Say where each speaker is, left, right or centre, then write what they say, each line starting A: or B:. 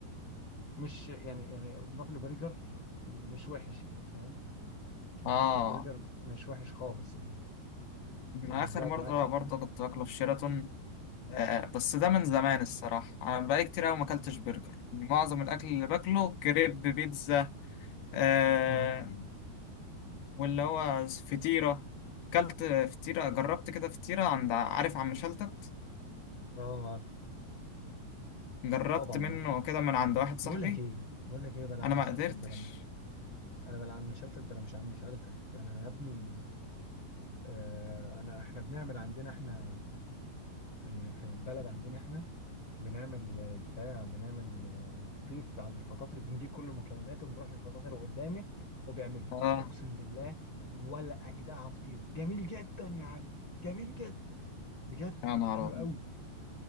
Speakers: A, on the left; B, on the left.
A: مش يعني يعني بافلو برجر مش وحش يعني فاهم يعني
B: اه
A: بافلو برجر مش وحش خالص يعني
B: انا
A: يعني
B: اخر
A: لا
B: مره
A: بالعكس
B: برضه كنت باكله في شيراتون آه آه، بس ده من زمان الصراحه انا بقالي كتير قوي ما اكلتش برجر يعني معظم الاكل اللي باكله كريب بيتزا آه
A: مم.
B: واللي هو فطيره اكلت فطيره جربت كده فطيره عند عارف عم شلتت
A: اه عارف
B: جربت
A: طبعا
B: منه
A: عارف
B: كده من عند واحد
A: بقول
B: صاحبي
A: لك ايه بقول لك ايه بلا عم
B: انا ما
A: شلتت
B: قدرتش
A: بلا مه. انا بلا عم شلتت بلا مش عم شلتت انا يا ابني آه انا احنا بنعمل عندنا احنا في ال- في البلد عندنا احنا بنعمل آه، بتاع بنعمل آه، فطير في- عند الفطاطر بنجيب كل مكوناته ونروح للفطاطر قدامي وبيعملوه
B: اه
A: اقسم بالله ولا اجدعها فطير جميل جدا يا علي جميل جدا بجد
B: يا نهار
A: حلو
B: أبيض.
A: قوي